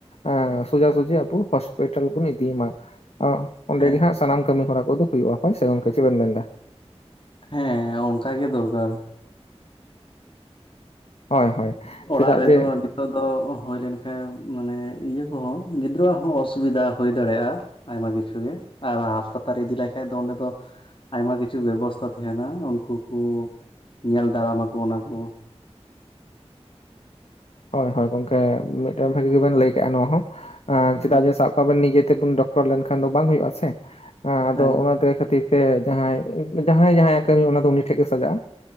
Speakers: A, on the left (about 70°); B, on the left (about 50°).
A: ᱮ ᱥᱳᱡᱟ ᱥᱩᱡᱷᱤ ᱟᱵᱚ ᱦᱚᱥᱯᱤᱴᱟᱞ ᱵᱚᱱ ᱤᱫᱤᱭᱮᱢᱟ ᱚᱸᱰᱮ
B: ᱦᱮᱸ
A: ᱜᱮ ᱦᱟᱸᱜ ᱥᱟᱱᱟᱢ ᱠᱟᱹᱢᱤ ᱦᱚᱨᱟ ᱠᱚᱫᱚ ᱦᱩᱭᱩᱜᱼᱟ ᱦᱳᱭ ᱥᱮ ᱜᱚᱝᱠᱮ ᱪᱮᱫ ᱵᱮᱱ ᱢᱮᱱ ᱮᱫᱟ
B: ᱦᱮᱸ ᱚᱱᱠᱟ ᱜᱮ ᱫᱚᱨᱠᱟᱨ
A: ᱦᱳᱭ ᱦᱳᱭ ᱪᱮᱫᱟᱜ
B: ᱚᱲᱟᱜ ᱨᱮᱫᱚ
A: ᱡᱮ
B: ᱟᱹᱰᱤ ᱱᱤᱛᱚᱜ ᱫᱚ ᱦᱩᱭ ᱞᱮᱱᱠᱷᱟᱡ ᱢᱟᱱᱮ ᱤᱭᱟᱹ ᱠᱚᱦᱚᱸ ᱜᱤᱫᱽᱨᱟᱹᱣᱟᱜ ᱦᱚᱸ ᱚᱥᱩᱵᱤᱫᱷᱟ ᱦᱳᱭ ᱫᱟᱲᱮᱭᱟᱜᱼᱟ ᱟᱭᱢᱟ ᱠᱤᱪᱷᱩ ᱜᱮ ᱟᱨ ᱦᱟᱸᱥᱯᱟᱛᱟᱞ ᱤᱫᱤ ᱞᱮᱠᱟᱡ ᱫᱚ ᱚᱸᱰᱮ ᱫᱚ ᱟᱭᱢᱟ ᱠᱤᱪᱷᱩ ᱵᱮᱵᱚᱥᱛᱟ ᱛᱟᱦᱮᱱᱟ ᱩᱱᱠᱩ ᱠᱩ ᱧᱮᱞ ᱫᱟᱨᱟᱢᱟᱠᱚ ᱚᱱᱟ ᱠᱚ
A: ᱦᱳᱭ ᱦᱳᱭ ᱜᱚᱝᱠᱮ ᱢᱤᱫᱴᱮᱱ ᱵᱷᱟᱹᱜᱤ ᱜᱮᱵᱮᱱ ᱞᱟᱹᱭ ᱠᱟᱜᱼᱟ ᱱᱚᱣᱟ ᱦᱚᱸ ᱪᱮᱫᱟᱜ
B: ᱦᱮᱸ
A: ᱡᱮ ᱥᱟᱵ ᱟᱵᱮᱱ ᱱᱤᱡᱮ ᱛᱮᱵᱚᱱ ᱰᱚᱠᱴᱚᱨ ᱞᱮᱱᱠᱷᱟᱱ ᱫᱚ ᱵᱟᱝ ᱦᱳᱭᱳᱜᱼᱟ ᱥᱮ ᱟᱫᱚ
B: ᱦᱮᱸ
A: ᱚᱱᱟᱛᱮ ᱠᱷᱟᱹᱛᱤᱨ ᱛᱮ ᱡᱟᱦᱟᱸᱭ ᱡᱟᱦᱟᱸᱭ ᱡᱟᱸᱦᱟᱸᱭᱟᱜ ᱠᱟᱹᱢᱤ ᱚᱱᱟ ᱫᱚ ᱩᱱᱤ ᱴᱷᱮᱡ ᱜᱮ ᱥᱟᱡᱟᱜᱼᱟ